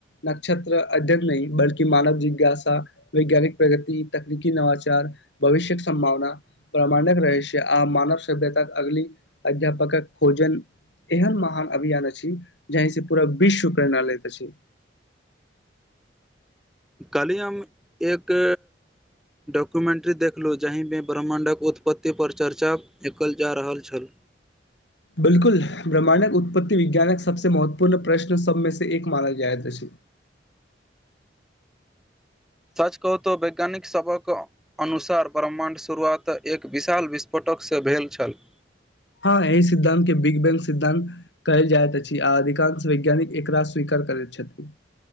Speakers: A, on the left (about 70°); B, in the centre.
A: नक्षत्र अध्यन नहि बल्कि मानव जिज्ञासा वैज्ञानिक प्रगति तकनीकी नवाचार भविष्यक संभावना प्रमाणक रहै छै आ मानव सभ्यता अगली अध्यापक खोजन एहन महान अभियान अछि जहहि से पूरा विश्व प्रणालैत अछि
B: कली हम एक डॉक्युमेन्ट्री देखलूँ जाहि में ब्रह्मण्डक उत्पत्ति पर चर्चा एकल जा रहल छल
A: बिल्कुल ब्रह्मण्क उत्पत्ति विज्ञानक सबसँ महत्वपूर्ण प्रश्न सब में से एक मानल जायत अछि
B: सच कहू त वैज्ञानिक सबक अनुसार ब्रह्मण्ड शुरुआत एक विशाल विस्फोटकसँ भेल छल
A: हँ ई सिद्धान्त के बिग बैंग सिद्धान्त कहल जायत अछि आ अधिकांश वैज्ञानिक एकरा स्वीकार करैत छथि